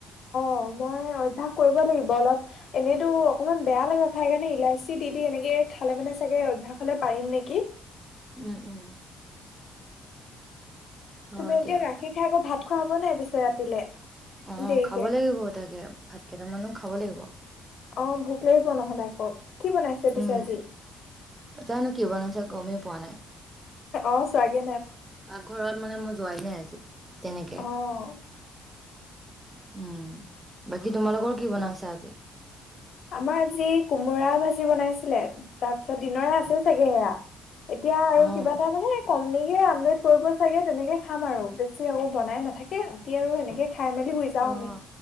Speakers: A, on the left (about 60°); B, on the right (about 20°).
A: অ মই অভ্যাস কৰিব লাগিব অলপ এনেইতো অকমান বেয়া লগে খাই কাৰণে ইলাচি দি দি এনেকে খালে মানে চাগে অভ্যাসলে পাৰিম নেকি
B: উম উম হয়
A: তুমি এতিয়া
B: দিয়া
A: গাখীৰ খাই আকৌ ভাত খোৱা হব নাই পিছে ৰাতিলে
B: অ
A: দেৰিকে
B: খাব লাগিব তাকে ভাত কেইটামানো খাব লাগিব।
A: অ ভোক লাগিব নহ'লে আকৌ। কি বনাইছে পিছে
B: উম
A: আজি
B: জানানো কি বনাইছে গমেই পোৱা নাই?
A: অ চাগে
B: পাকঘৰত মানে মই যোৱাই নাই আজি তেনেকে।
A: অ
B: উম বাকী তোমালোকৰ কি বনাইছা আজি?
A: আমাৰ যি কোমোৰা ভাজি বনাইছিলে তাৰপিছত দিনৰে আছে চাগে সেয়া। এতিয়া আৰু
B: অ',
A: কিবা এটা মানে কনিকে আমলেট কৰিব চাগে তেনেকৈ খাম আৰু বেছি আকৌ বনাই নাথাকে ৰাতি আৰু সেনেকে খাই মেলি শুই যাওঁ
B: অ
A: আমি